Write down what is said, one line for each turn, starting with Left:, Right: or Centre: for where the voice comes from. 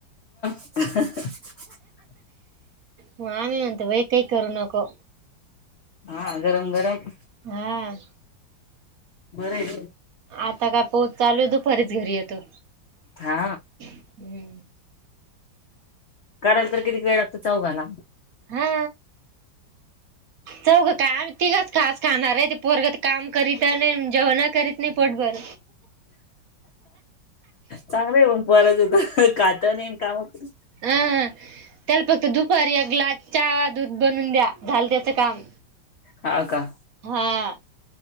Left: <unintelligible>
Right: मग आम्ही म्हणतो बाई काही करू नको.
Left: हा गरम गरम.
Right: हा
Left: बर.
Right: आता काय पोच चालू आहे तो फरीच घरी येतो.
Left: हा
Right: हम्म
Left: कराल तर. ती वेळ ला चौघ ना.
Right: हा. चौघ कायम तिघच खास खाणार आहे ते पोरगत काम करीत नाही जेवण करीत. नाही पोटभर
Left: चांगलं आहे मग पोराचं हो तर. कात नन कामत.
Right: अह त्याला फक्त दुपारी एक ग्लास चा दूध बनून द्या झाल त्याचं काम.
Left: हा का.
Right: हा.